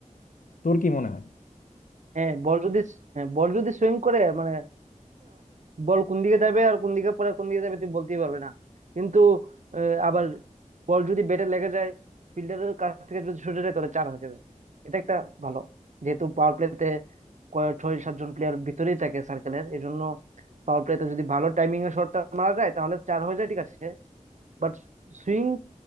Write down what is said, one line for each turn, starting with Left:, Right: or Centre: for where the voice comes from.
Left: তোর কি মনে হয়
Right: হ্যাঁ বল যদি হ্যাঁ বল যদি সুইং করে মানে বল কোন দিকে যাবে আর কোন দিকে পরে কোন দিকে যাবে তুই বলতেই পারবে না কিন্তু আহ, আবার বল যদি ব্যাটে লেগে যায় ফিল্ডারের কাছ থেকে যদি ছুটে যায় তাহলে চার হয়ে যাবে এটা একটা ভালো যেহেতু পাওয়ার প্লেতে ছয় সাতজন প্লেয়ার ভিতরেই থাকে সার্কেলের এই জন্য পাওয়ার প্লেতে যদি ভালো টাইমিং এ শটটা মারা যায় তাহলে চার হয়ে যায় ঠিক আছে বাট সুইং